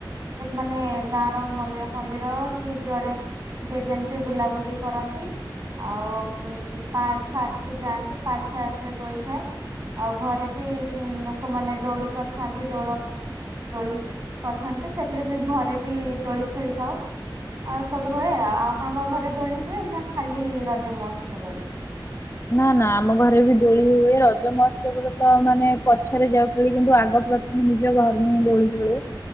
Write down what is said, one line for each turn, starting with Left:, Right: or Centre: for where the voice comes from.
Right: ମାନେ ଗାଁ ର ମନ୍ଦିର ଫନ୍ଦିର କି ଯୁଆଡେ ଯି ଯେମିତି ବୁଲାବୁଲି କରନ୍ତି। ଆଉ ପାଟ୍ ଫାଟ୍ ଯାଆନ୍ତି ପାଟ୍ ଫାଟ୍ ରେ ଦଳିଥାଏ। ଆଉ ଘରେ ବି ଲୋକମାନେ ଦୋଳି କରିଥାନ୍ତି ଦୋଳ ଦୋଳି କରିଥାନ୍ତ ସେଥିରେ ବି ଘରେ ବି ଦୋଳି ଖେଳିଥାଉ। ଆଉ ସବୁ ହୁଏ ଆଉ ଆପଣଙ୍କ ଘରେ ଦୋଳି ହୁଏ ନା ଖାଲି ରଜ ମହୋତ୍ସବରେ।
Left: ନାଁ ନାଁ ଆମ ଘରେ ବି ଦୋଳି ହୁଏ ରଜ ମହୋତ୍ସବରେ ତ ମାନେ ପଛରେ ଯାଉ। ଦୋଳି କିନ୍ତୁ ଆଗ ପ୍ରଥମେ ନିଜ ଘରୁ ହିଁ ଦୋଳି ଖେଳୁ।